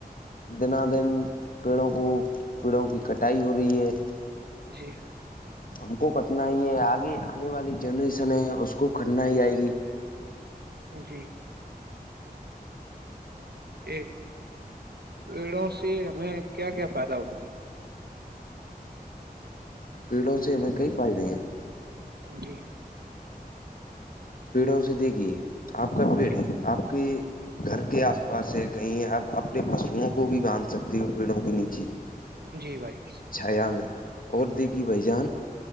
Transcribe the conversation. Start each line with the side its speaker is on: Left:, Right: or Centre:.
Left: دنا دن پیڑوں کو پیڑوں کی کٹائی ہو رہی ہے
Right: جی
Left: ہم کو کٹنا ہی ہے آگے آنے والی جنریشن ہے اس کو کٹنا ہی آئے گی
Right: جی ایک پیڑوں سے ہمیں کیا کیا فائدہ ہوتا
Left: پیڑوں سے ہمیں کئی فائدے ہیں
Right: جی
Left: پیڑوں سے دیکھیے آپ کا پیڑ
Right: جی
Left: آپ کی گھر کے آس پاس ہے کہیں آپ اپنے پشوؤں کو بھی باندھ سکتے ہو پیڑوں کے نیچے
Right: جی بھائی
Left: چھایا میں اور دیکھی بھائی جان